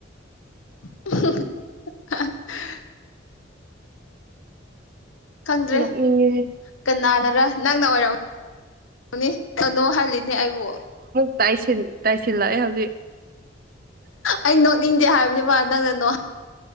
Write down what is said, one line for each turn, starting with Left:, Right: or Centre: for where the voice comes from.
Left: <unintelligible> ꯈꯪꯗ꯭ꯔꯦ
Right: ꯅꯣꯛꯅꯤꯡꯉꯦꯍꯦ
Left: ꯀꯅꯥꯅꯔ ꯅꯪꯅ ꯑꯣꯢꯔꯝ ꯅꯤ ꯀꯅꯣꯍꯜꯂꯤꯅꯦ ꯑꯩꯕꯨ
Right: ꯇꯥꯢꯁꯤꯟ ꯇꯥꯢꯁꯤꯜꯂꯛꯑꯦ ꯍꯧꯖꯤꯛ
Left: ꯑꯩ ꯅꯣꯛꯅꯤꯡꯗꯦ ꯍꯥꯢꯕꯅꯦꯕ ꯃꯥ ꯅꯪꯅ ꯅꯣꯛꯍ